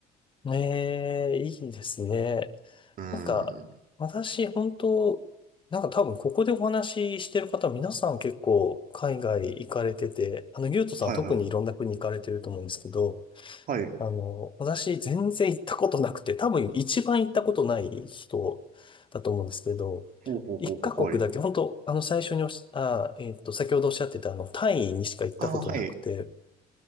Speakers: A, on the left; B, on the right.
A: ええ、いいですね。
B: うん。
A: なんか、私、本当なんか多分ここでお話ししてる方、皆さん結構海外行かれてて、あの、ゆうとさんは特にいろんな国行かれてると思うんですけど、
B: はいはいはい。はい。
A: あの、私全然行ったことなくて、多分一番行ったことない人だと思うんですけど、
B: ほうほうほうほう、
A: 一カ国だけ、
B: はい。
A: 本当あの最初におっしゃ、あ、えっと、先ほどおっしゃってたあの、タイにしか行ったことなくて、
B: ああ、はい。